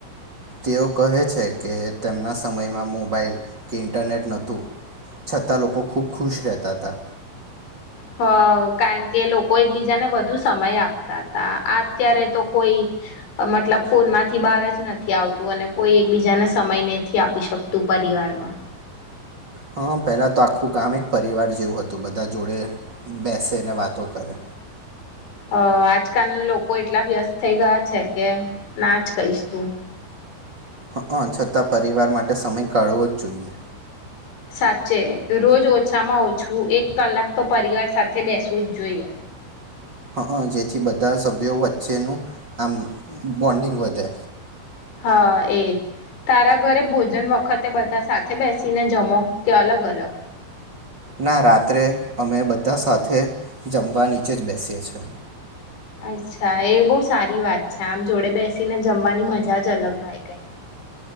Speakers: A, on the right; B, on the left.
A: તેઓ કહે છે કે તેમના સમયમાં મોબાાઈલ કે ઈન્ટરનેટ નતું છતાં લોકો ખૂબ ખુશ રહેતા હતા
B: હવ કારણ કે લોકો એકબીજાને વધુ સમય આપતા તા આ અત્યારે તો કોઈ મતલબ ફોનમાંથી બહાર જ નથી આવતું અને કોઈ એકબીજાને સમય નથી આપી શકતું પરિવારમાં
A: હા પહેલા તો આખું ગામ એક પરિવાર જેવું હતું બધા જોડે બેસે ને વાતો કરે
B: અ આજકાલ લોકો એટલા વ્યસ્ત થઈ ગયા છે કે નાજ કહીશ તું
A: હઅ છતાં પરિવાર માટે સમય કાઢવો જ જોઈએ
B: સાચે રોજ ઓછામાં ઓછું એક કલાક તો પરિવાર સાથે બેસવું જ જોઈએ
A: હઅ જેથી બધા સભ્યો વચ્ચેનું આમ બોન્ડિંગ વધે
B: હ એજ તારા ઘરે ભોજન વખતે બધા સાથે બેસીને જમો કે અલગ અલગ
A: ના રાત્રે અમે બધા સાથે જમવા નીચે જ બેસીએ છીએ
B: અચ્છા એ બહુ સારી વાત છે આમ જોડે બેસીને જમવાની મજા જ અલગ હોય કઈ